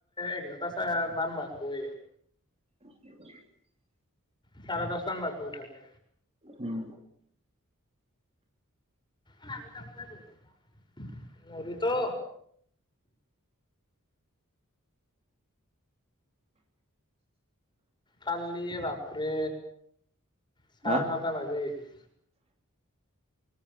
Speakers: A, on the left; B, on the right.
A: এঘাৰটা মান গ
B: <inaudible>
A: চাৰা দশটাম বাজ গৈ উঠাতে।
B: উম
A: নমি ত মাজ গ'ল নৰিটো কালি বাপৰে চাৰে
B: হা
A: নটা বাজে আহছো